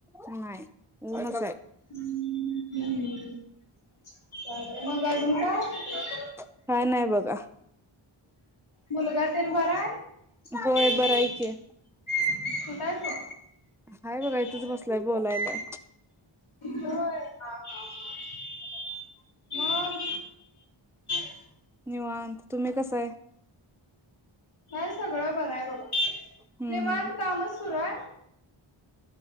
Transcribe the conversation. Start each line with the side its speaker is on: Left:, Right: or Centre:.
Centre: नाही <unintelligible>
Left: <unintelligible> चालतय मग अजून काय?
Centre: काय नाही बघा....
Left: मुलगा तेन बरं
Centre: होय
Left: हाय
Centre: बरं आहे की
Left: <inaudible> कुठ हाय तो
Centre: हाय बघा इथंच
Left: <inaudible>
Centre: बसलाय बोलायलाय
Left: होय..... हां हां हां मग <inaudible>
Centre: निवांत तुम्ही कस य?
Left: हाय सगळं बरं हाय बघा <inaudible>
Centre: हम्म
Left: निवांत
Centre: हम्म
Left: काम अस... सुरुय.